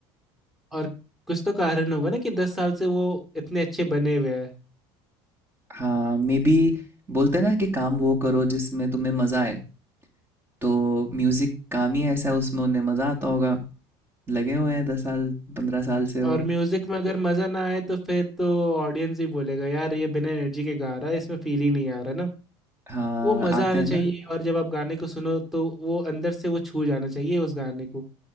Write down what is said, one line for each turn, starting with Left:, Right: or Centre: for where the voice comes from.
Centre: और कुछ तो कारण होगा ना कि दस साल से वो इतने अच्छे बने हुए हैं
Right: हाँ मे बी बोलते हैं ना कि काम वो करो जिसमें तुम्हें मज़ा आए तो म्यूज़िक काम ही ऐसा है उसमें उन्हें मज़ा आता होगा लगे हुए हैं दस साल पंद्रह साल से वो
Centre: और म्यूजिक में अगर मजा ना आए तो फिर तो ऑडियंस ही बोलेगा यार ये बिना एनर्जी के गा रहा है इसमें फील ही नहीं आ रहा ना
Right: हाँ
Centre: वो मजा
Right: आते
Centre: आना
Right: हैं
Centre: चाहिए
Right: ना
Centre: और जब आप गाने को सुनो तो वो अंदर से वो छू जाना चाहिए उस गाने को